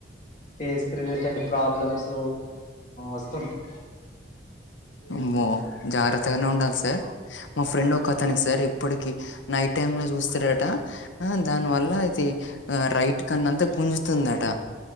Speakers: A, on the left; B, on the left.
A: ఫేస్ రిలేటెడ్ ప్రాబ్లమ్స్ వస్తుంటాయి
B: అమో జాగ్రత్తగానే ఉండాలి సార్ మా ఫ్రెండ్ ఒక అతనికి సార్ ఎప్పటికి నైట్ టైమ్ లో చూస్తారట దానివల్ల తి రైట్ కన్న అంతా గుంజుతుందట